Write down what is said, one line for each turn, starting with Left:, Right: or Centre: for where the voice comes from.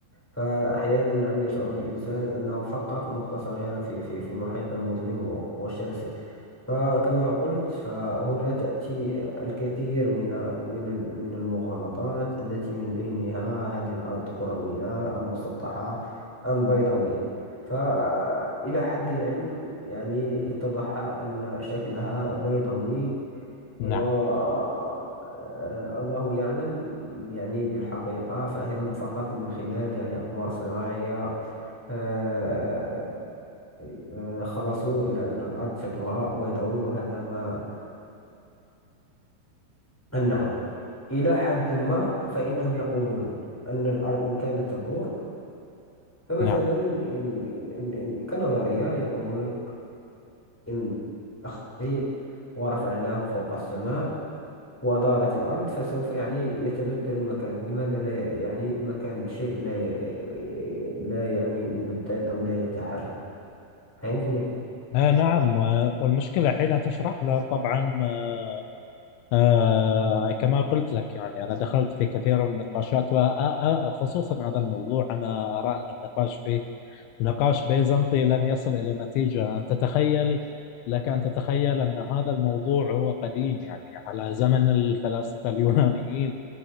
Centre: فأحيانا نعم يشعر الإنسان أنه فقط نقطة صغيرة في في في محيط مظلم وشاسع فكما قلت فهنا تأتي الكثير من من ال- من المغالطات التي من بينها هذه الأرض كروية أم مسطحة أم بيضاوية فإلى حد العلم يعني اتضح أن شكلها بيضاوي
Left: نعم
Centre: و آه، الله يعلم يعني بالحقيقة فهم فقط من خلال يعني أقمار صناعية آه، آه، خلصوا إلى أن الأرض شكلها بيضاوي وهذا ما يمنحه إلى حد ما فإنهم يقولون أن الأرض إن كانت تدور فمثلا
Left: نعم
Centre: إن إن إن إن- كنظرية يقولون إن أخذ شيء ورفعناه فوق السماء ودارت الأرض فسوف يعني يتبدل مكانه لماذا لا يعني مكان الشيء لا ي- لا يعني يبدل أو لا يتحرك فهمتني؟
Left: آه نعم آه والمشكلة حينها تشرح له طبعا آه، آه كما قلت لك يعني أنا دخلت في كثير من النقاشات وخصوصا هذا الموضوع أنا أرى أن النقاش فيه نقاش بيزنطي لن يصل إلى نتيجة أن تتخيل لك أن تتخيل أن هذا الموضوع هو قديم يعني على زمن الفلاسفة اليونانيين